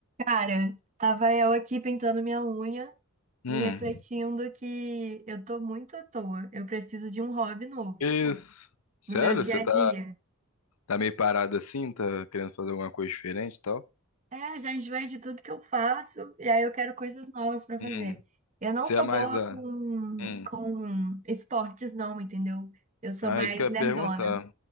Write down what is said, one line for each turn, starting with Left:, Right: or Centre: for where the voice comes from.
Right: Cara, tava eu aqui pintando minha unha
Left: Hum,
Right: e refletindo que eu tô muito à toa. Eu preciso de um hobby novo
Left: que isso? Sério?
Right: no meu dia
Left: Você
Right: a
Left: tá,
Right: dia.
Left: tá meio parado assim? Tá querendo fazer alguma coisa diferente e tal?
Right: É, já enjoei de tudo que eu faço e aí eu quero coisas novas pra fazer.
Left: Hum,
Right: Eu não
Left: você
Right: sou
Left: é mais
Right: boa
Left: da.
Right: com,
Left: Hum.
Right: com esportes, não, entendeu? Eu sou
Left: Ah,
Right: mais
Left: isso que eu
Right: nerdona.
Left: ia perguntar.